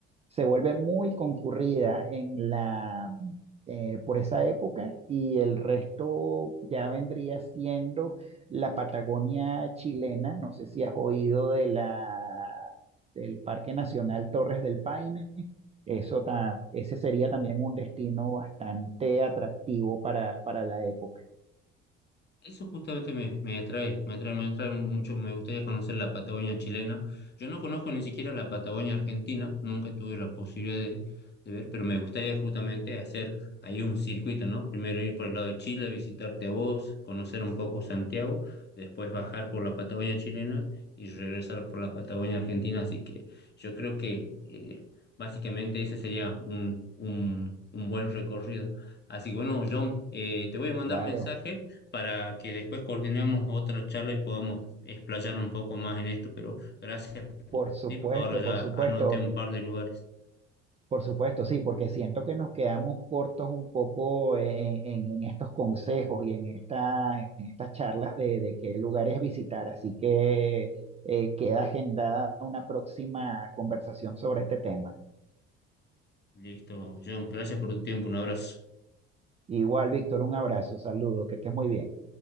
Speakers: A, on the right; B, on the left.
A: se vuelve muy concurrida en la, eh, por esa época y el resto ya vendría siendo la Patagonia chilena. No sé si has oído de la, del Parque Nacional Torres del Paine. Eso ta- ese sería también un destino bastante atractivo para, para la época.
B: Eso justamente me, me atrae, me atrae, me atrae mucho, me gustaría conocer la Patagonia chilena. Yo no conozco ni siquiera la Patagonia argentina, nunca tuve la posibilidad de, de ver, pero me gustaría justamente hacer ahí un circuito, ¿no? Primero ir por el lado de Chile, visitarte a vos, conocer un poco Santiago, después bajar por la Patagonia chilena y regresar por la Patagonia argentina. Así que yo creo que eh, básicamente ese sería un, un, un buen recorrido. Así que bueno, John, eh, te voy a mandar
A: Claro,
B: mensaje para que después coordinemos otra charla y podamos explayar un poco más en esto, pero gracias por
A: por
B: tu
A: supuesto,
B: tiempo. Ahora
A: por
B: ya
A: supuesto.
B: anoté un par de lugares.
A: Por supuesto, sí, porque siento que nos quedamos cortos un poco en, en- en estos consejos y en esta, en estas charlas de, de qué lugares visitar, así que eh, queda agendada una próxima conversación sobre este tema.
B: Listo, John, gracias por tu tiempo, un abrazo.
A: Igual, Víctor, un abrazo, saludos, que estés muy bien.